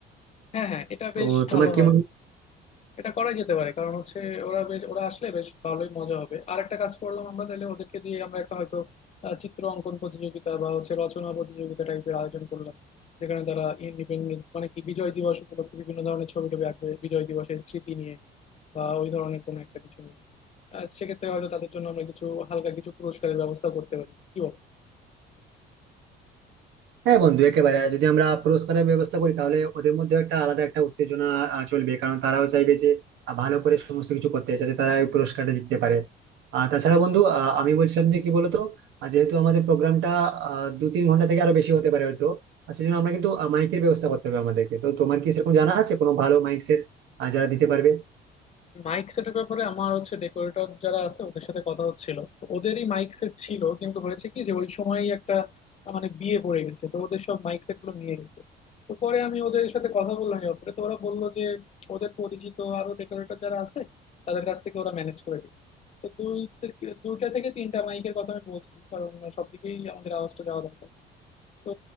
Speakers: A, on the left; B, on the right.
A: হ্যাঁ হ্যাঁ এটা
B: তো
A: বেশ
B: তোমার
A: ভালো
B: কি
A: হয়
B: মনে হয়?
A: এটা করাই যেতে পারে কারণ হচ্ছে ওরা বেশ ওরা আসলে বেশ ভালোই মজা হবে আর একটা কাজ করলাম আমরা তাহলে ওদেরকে দিয়ে আমরা একটা হয়তো আহ, চিত্র অঙ্কন প্রতিযোগিতা বা হচ্ছে রচনা প্রতিযোগিতা টাইপের আয়োজন করলাম যেখানে তারা ইন্ডিপেন্ডেন্স মানে কি বিজয় দিবস উপলক্ষে বিভিন্ন ধরনের ছবি টবি আঁকবে বিজয় দিবসের স্মৃতি নিয়ে বা ওই ধরনের কোনো একটা কিছু নিয়ে আর সেক্ষেত্রে হয়তো তাদের জন্য আমরা কিছু হালকা কিছু পুরস্কারের ব্যবস্থা করতে পারি কি বল
B: হ্যাঁ বন্ধু একেবারে যদি আমরা পুরস্কারের ব্যবস্থা করি তাহলে ওদের মধ্যে একটা আলাদা একটা উত্তেজনা আহ, চলবে কারণ তারাও চাইবে যে আহ, ভালো করে সমস্ত কিছু করতে যাতে তারা এই পুরস্কারটা জিততে পারে আর তাছাড়া বন্ধু আহ, আমি বলছিলাম যে কি বলতো আহ, যেহেতু আমাদের প্রোগ্রামটা দু তিন ঘন্টা থেকে আরো বেশি হতে পারে হয়তো আর সেজন্য আমরা কিন্তু মাইকের ব্যবস্থা করতে হবে আমাদেরকে তো তোমার কি সেরকম জানা আছে কোনো ভালো মাইক সেট যারা দিতে পারবে
A: মাইক সেটের ব্যাপারে আমার হচ্ছে ডেকোরেটর যারা আছে ওদের সাথে কথা হচ্ছিল তো ওদেরই মাইক সেট ছিল কিন্তু হয়েছে কি যে ওই সময়ই একটা আহ, মানে বিয়ে পড়ে গেছে তো ওদের সব মাইক সেট গুলো নিয়ে গেছে তো পরে আমি ওদের সাথে কথা বললাম এই ব্যাপারে তো ওরা বললো যে ওদের পরিচিত আরো ডেকোরেটর যারা আছে তাদের কাছ থেকে ওরা ম্যানেজ করে দিই তো দুই থেকে- দুইটা থেকে তিনটা মাইকের কথা আমি বলছি কারণ সবদিকেই আমাদের আওয়াজটা যাওয়া দরকার তো